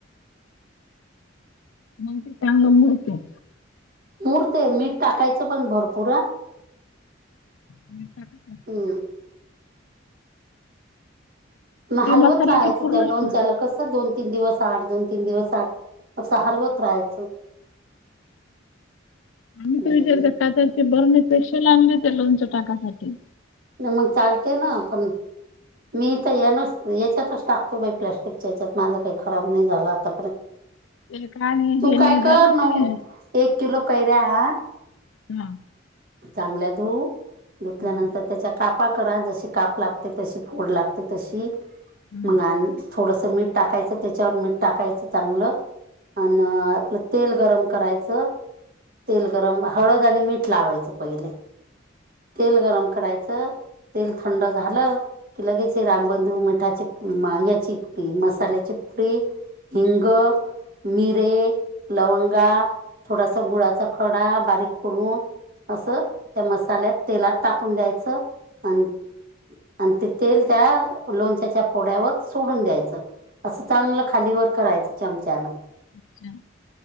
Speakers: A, on the left (about 80°); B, on the right (about 50°).
A: मग ते चांगलं मुरते.
B: मूरतय मीठ टाकायचं पण भरपूर
A: <unintelligible>
B: हम्म मग
A: मी
B: हलवत
A: मसाल्याचे
B: राहायचं
A: पूर्णच
B: त्या लोणच्याला
A: खा
B: कसं दोन दोन, तीन दिवस आड दोन, तीन दिवस आड मग हलवत राहायचं.
A: आम्ही
B: हम्म
A: तू विचारत. का त्याची बरणी स्पेशल आणली ते लोणच्या टाकायसाठी
B: मग चालते ना पण मी तर याच याच्यातच टाकतो बाई प्लॅस्टिकच्या याच्यात माझं काही खराब नाही झालं आता
A: ते आणि
B: तू
A: हे
B: काय
A: नाही झालं
B: कर न
A: ते
B: एक किलो कैऱ्या आण
A: हा.
B: चांगल्या धुव धुतल्यानंतर
A: हा
B: त्याच्या कापा करा जशी काप लागते, तशी फोड लागते तशी
A: हा
B: मग थोडस मीठ टाकायचं त्याच्यावर मीठ टाकायचं चांगलं अ आपलं तेल गरम करायचं, तेल गरम हळद आणि मीठ लावायचं पहिले तेल गरम करायचं तेल थंड झालं की लगेच रामबंधू मिठाची याची पुडी मसाल्याची पुडी हिंग मिरे लवंगा थोडासा गुळाचा खडा बारीक करून असं त्या मसाल्यात तेलात टाकून द्यायचं आणि आणि ते तेल त्या लोणच्याच्या फोड्यावर सोडून द्यायचं. असं चांगलं खालीवर करायचं चमचान
A: अच्छा.